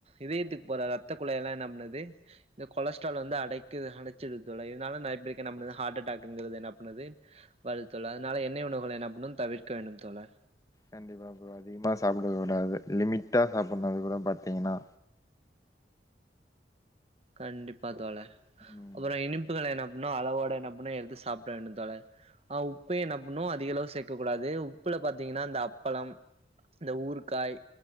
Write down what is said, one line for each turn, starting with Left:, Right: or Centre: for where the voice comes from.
Right: இதயத்துக்கு போற ரத்த குழாயெல்லா என்னா பண்ணுது இந்த கொலஸ்ட்ரால் வந்து அடைக்குது அடச்சுடுது தோழர் இதனால நறைய பேருக் என்னா பண்ணுது ஹார்ட் அட்டாக்ங்கிறது என்னா பண்ணுது வருதுதோழா அதுனால எண்ணெய் உணவுகள என்னா பண்னு தவிர்க்க வேண்டும் தோழா
Left: கண்டிப்பா ப்ரோ அதிகமா சாப்டக்க கூடாது லிமிட்டா சாப்புன்னு அதுக்கூட பாத்தீங்ன்னா
Right: கண்டிப்பா தோழர்
Left: ம்
Right: அப்பற இனிப்புகளை என்னா பண்னு அளவோட என்ன பண்ணு எடுத்து சாப்டவேண்டுந்தோழர் அ உப்பே என்னா பண்ணு அதிக அளவு சேக்கக்கூடாது உப்புல பாத்தீங்கன்னா அந்த அப்பளம் இந்த ஊறுக்காய்